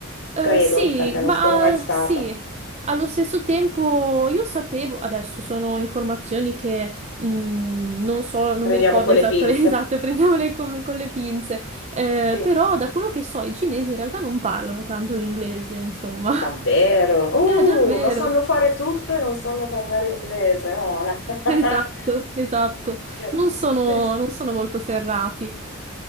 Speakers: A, on the right; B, on the left.
A: Eh,
B: Credo,
A: sì,
B: perché non
A: ma
B: sono mai stata.
A: ah, sì, allo stesso tempo io sapevo, adesso sono informazioni che mm, non so, non
B: Prendiamo
A: mi ricordo
B: con
A: esatte,
B: le pinze.
A: <laughs> esatte, prendiamole come- con le pinze, Eh,
B: Sì.
A: però da quello che so i cinesi in realtà non parlano tanto l'inglese, insomma. <laughs>
B: Davvero? Uh,
A: Eh, davvero,
B: ma sanno fare tutto e non sanno parlare inglese. Oh, la-
A: <laughs>
B: <laughs>
A: esatto, esatto,
B: Beh,
A: non sono,
B: sì, sì.
A: non sono molto ferrati